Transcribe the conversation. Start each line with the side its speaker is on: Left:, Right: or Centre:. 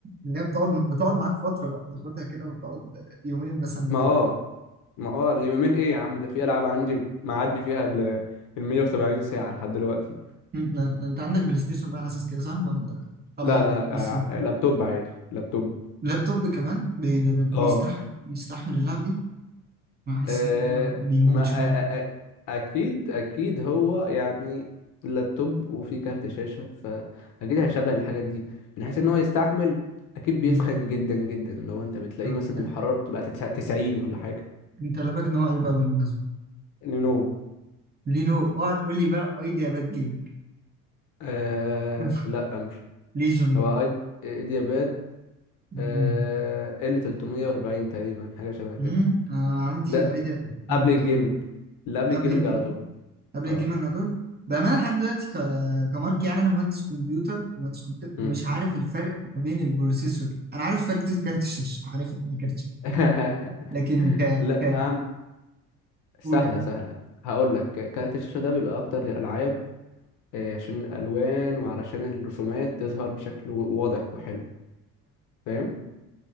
Right: اللي هي بتقعد بتقعد معاك فترة بقى بتاخدها كده وتقعد يومين مثلا
Left: ما
Right: بتلعب
Left: اه ما اه اليومين ايه يا عم ده في ألعاب عندي معدي فيها ال ال 170 ساعة لحد دلوقتي
Right: م- م- انت عندك بلاي ستيشن بقى على اساس كده صح ولا طبعا
Left: لا
Right: على
Left: لا
Right: البي سي
Left: آه، لابتوب عادي لابتوب
Right: اللابتوب ده كمان بي- بيستحمل
Left: اه
Right: بيستحمل اللعب دي انا حاسس
Left: آه،
Right: ان هو بيموت
Left: ما آه،
Right: شوية
Left: آه، آه، اكيد اكيد هو يعني اللابتوب وفيه كارت شاشة فاكيد هيشغل الحاجات دي من حيث ان هو يستحمل اكيد بيسخن
Right: مم.
Left: جدا جدا لو انت بتلاقيه
Right: طب
Left: مثلا الحرارة بتبقى تسع- 90 ولا حاجة
Right: انت لابك نوع ايه بقى بالمناسبة؟
Left: لينوفو
Right: لينو اوعى تقول لي بقى ايديا باد جيم
Left: آه
Right: <laughs>
Left: لا مش
Right: ليجن بقى
Left: هو ايد ايدياباد
Right: مم.
Left: آه ال 340 تقريبا حاجة شبه كده
Right: مم. آه عندي
Left: ده
Right: ايديا اه
Left: قبل الجيمنج
Right: كمل
Left: اللي قبل
Right: قبل
Left: الجيمنج
Right: الجيم
Left: على طول
Right: قبل
Left: اه
Right: الجيمنج على طول بأمانة لحد دلوقتي ك- كمارك يعني أنا مهندس كمبيوتر مهندس كمبيوتر
Left: مم.
Right: ومش عارف الفرق ما بين البروسيسور أنا عارف فرق كارت الشاشة عارف يعني إيه كارت الشاشة
Left: <laughs>
Right: لكن ك
Left: لا
Right: ك
Left: يا عم سهلة
Right: قول أنت
Left: سهلة هقول لك كارت الشاشة ده بيبقى أكتر للألعاب آه، عشان الألوان وعلشان الرسومات تظهر بشكل و- واضح وحلو فاهم